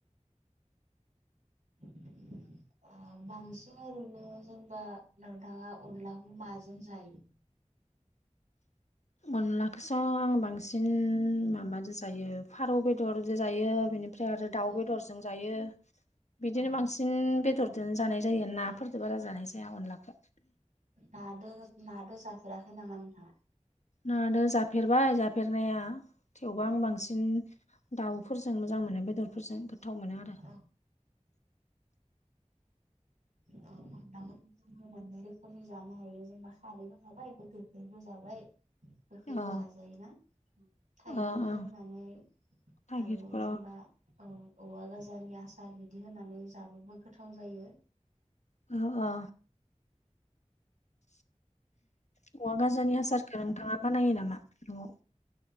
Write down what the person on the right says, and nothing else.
<unintelligible> बांसिन ओरैनो जेनबा नोंथाङा अनलाखौ माजों जायो?
औ
औ
ना नादो जाफेराखै नामा नोंथाङा?
औ अ अनलाखौ मोननै रोखोमनि जानो हायो जेनेबा खारैबो जाबाय <unintelligible> जाबाय गोखैबो
जाजायोना? थाइगिरफोर
होनानै
आरो जेनेबा औ औवा गोजानि आसार बिदि होनानै जाबाबो गोथाव जायो।